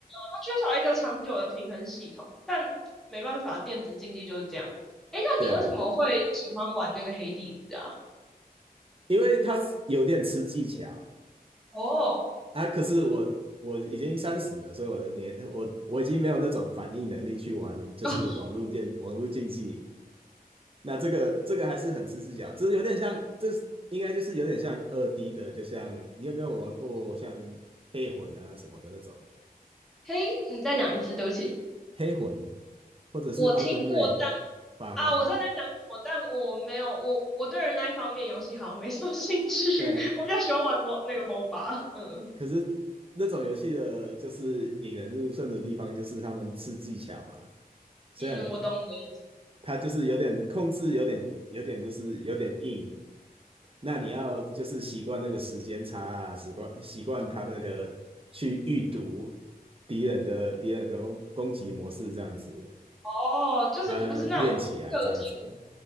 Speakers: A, in the centre; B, on the right.
A: 他缺少一个长久的平衡系统，但没办法，电子竞技就是这样。诶，那你为什么会喜欢玩那个黑帝斯啊？
B: 对啊，因为它有点吃技巧
A: 哦，
B: 啊。可是我我已经三十了，所以我的年我我已经没有那种反应能力去玩，就是网络电网络竞技。
A: <laughs>
B: 那这个这个还是很吃技巧，这有点像，这应该就是有点像二 D 的，就像你有没有玩过像黑魂啊什么的那种
A: 嘿，你再讲一次，对不起。
B: 黑魂，或者是
A: 我听过，
B: Elden Ring 法环。
A: 啊，我知道你在讲我，但我没有，我我对于那一方面游戏好像没什么 <laughs> 兴趣，<laughs>
B: 的。
A: 我比较喜欢玩 m 那个 MOBA，嗯
B: 可是那种游戏的，就是引人入胜的地方，就是他们吃技巧嘛。虽然
A: 嗯，我懂的。
B: 它就是有点控制，有点有点就是有点硬，那你要就是习惯那个时间差啊，习惯习惯他那个去预读敌人的敌人的攻攻击模式这样子，
A: 哦，就是不是那种氪金，
B: 那练起来这样子，